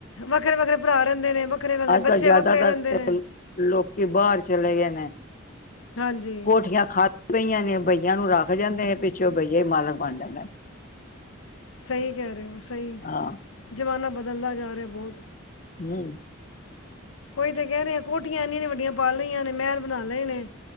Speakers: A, on the left; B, on the left.
A: ਵੱਖਰੇ-ਵੱਖਰੇ ਭਰਾ ਰਹਿੰਦੇ ਨੇ ਵੱਖਰੇ ਵੱਖਰੇ
B: ਅੱਜ
A: ਬੱਚੇ
B: ਕੱਲ ਜਿਆਦਾਤਰ
A: ਵੱਖਰੇ ਰਹਿੰਦੇ
B: ਤੇ,
A: ਨੇ
B: ਲੋਕੀ ਬਾਹਰ ਚਲੇ ਗਏ ਨੇ
A: ਹਾਂਜੀ
B: ਕੋਠੀਆਂ ਖਾ ਪਈਆਂ ਨੇ, ਭਈਆਂ ਨੂੰ ਰੱਖ ਜਾਂਦੇ ਨੇ, ਪਿੱਛੇ ਉਹ ਬਈਏ ਹੀ ਮਾਲਕ ਬਣ ਜਾਂਦੇ ਨੇ
A: ਸਹੀ ਕਹਿ ਰਹੇ ਹੋ, ਸਹੀ,
B: ਹਾਂ
A: ਜ਼ਮਾਨਾ ਬਦਲਦਾ ਜਾ ਰਿਹਾ ਬਹੁਤ
B: ਹਮ
A: ਉਹੀ ਤਾਂ ਕਹਿ ਰਹੇ ਆ, ਕੋਠੀਆਂ ਇੰਨੀਆਂ- ਇਨੀਆਂ ਵੱਡੀਆਂ ਪਾ ਲਈਆਂ ਨੇ, ਮਹਿਲ ਬਣਾ ਲਏ ਨੇ,